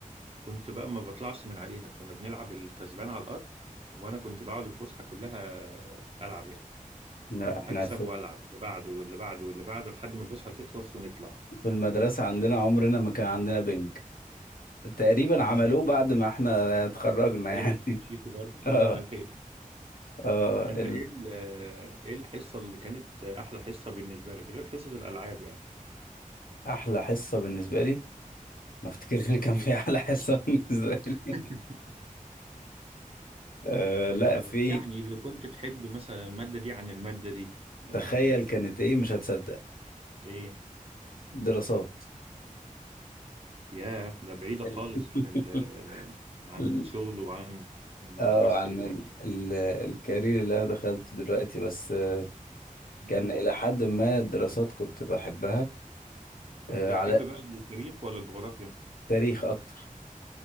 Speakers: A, on the right; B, on the left.
A: كنت بقى ما بطلعش من عليها كنا بنلعب الكسبان على الأرض وأنا كنت بقعد الفسحة كلها ألعب يعني
B: لا، احنا
A: أكسب
B: في
A: وألعب اللي بعده واللي بعده واللي بعده لحد ما الفسحة تخلص ونطلع
B: في المدرسة عندنا عمرنا ما كان عندنا بنج تقريبا
A: امم
B: عملوه بعد ما احنا اتخرجنا
A: ولا
B: يعني
A: ما مشيت برضه
B: <laughs> اه
A: لا أنا لحقته
B: اه
A: أنت
B: ال-
A: إيه ال- إيه الحصة اللي كانت أحلى حصة بالنسبة لك غير حصص الألعاب يعني
B: احلى حصة بالنسبة لي ما افتكرش ان كان في احلى حصه بالنسبه لي
A: <laughs>
B: أه لا
A: آه،
B: في
A: يعني اللي كنت تحب مثلا المادة دي عن المادة دي يعني
B: تخيل كانت ايه مش هتصدق
A: إيه
B: دراسات
A: ياه ده بعيدة خالص
B: <laughs>
A: عن ال عن
B: ال-
A: الشغل وعن
B: اه
A: دراستك
B: عن
A: دلوقتي
B: ال ال الكارير اللي انا دخلته دلوقتي بس آه،
A: مم.
B: كان الى حد ما دراسات كنت بحبها
A: كنت
B: آه،
A: بتحب
B: على
A: بقى التاريخ ولا الجغرافيا؟
B: تاريخ اكتر